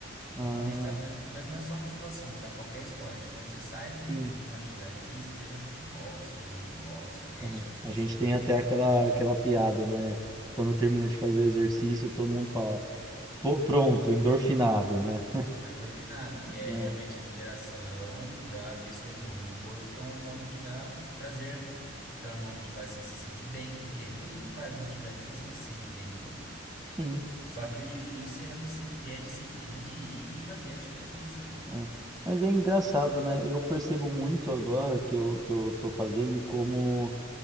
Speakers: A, on the left; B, in the centre.
A: Então,
B: Ah,
A: quando a gente está fazendo. Mas não é só musculação, tá? Qualquer esporte. Quando você sai
B: Sim.
A: de uma atividade física, seja futebol, seja handball, squash,
B: é.
A: musculação,
B: A gente tem até
A: natação,
B: aquela,
A: qualquer
B: aquela
A: um,
B: piada, né? Quando termina de fazer o exercício, todo mundo fala, "Pô, pronto, endorfinado, né?
A: Do endorfinado, que é
B: É,
A: realmente a liberação da, desse hormônio no corpo, que é um hormônio que dá prazer, que é um hormônio que faz você se sentir bem, porque todo mundo que faz uma atividade física se sente bem depois.
B: sim.
A: Só que o difícil é você ter a disciplina de ir e fazer a atividade física, né?
B: é. Mas é engraçado, né? Eu percebo muito agora que eu, que eu tô fazendo como